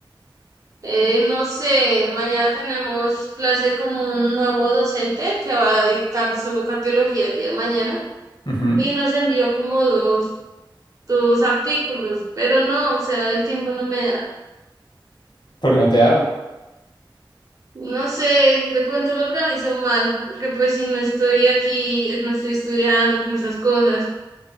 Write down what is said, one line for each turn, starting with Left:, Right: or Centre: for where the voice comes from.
Right: Eh, no sé, mañana tenemos clase con un nuevo docente que va a dictar solo cardiología el día de mañana
Left: Ujú.
Right: y nos envió como dos, dos artículos, pero no, o sea, el tiempo no me da.
Left: Porque no te da,
Right: No sé, de pronto lo organizo mal, porque pues si no estoy aquí, eh, no estoy estudiando como esas cosas,